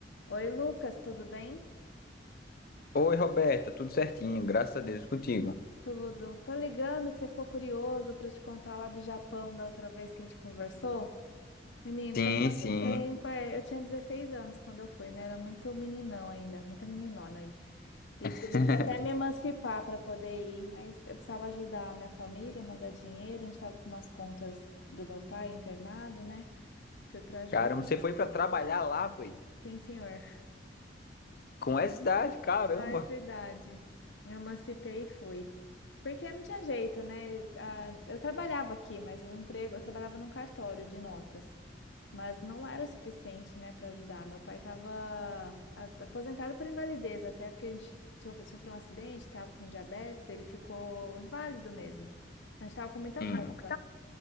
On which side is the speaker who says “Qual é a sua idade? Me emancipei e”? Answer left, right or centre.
Left